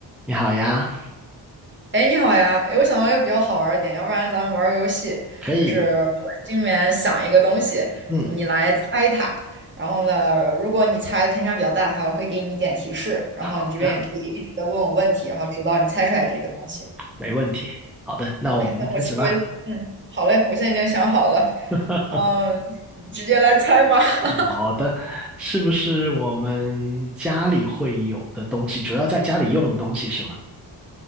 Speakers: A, in the centre; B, on the right (about 25°).
A: 你好呀，
B: 哎，你好呀！哎，我想到一个比较好玩儿的点，要不然咱们玩儿个游戏，
A: 可以，
B: 就是我心里面想一个东西，
A: 嗯，
B: 你来猜它。然后呢，如果你猜的偏差比较大的话，我会给你一点提示，然后你这边也可以一直在问我问题，
A: 好的，
B: 然后直到你猜出来这个东西。
A: 没问题，好的，那我们开始了。
B: OK，那我其实嗯，好嘞，我现在已经想好了，
A: <laughs>
B: 嗯，你直接来猜吧。<laughs>
A: 好的，是不是我们家里会有的东西，主要在家里用的东西是吗？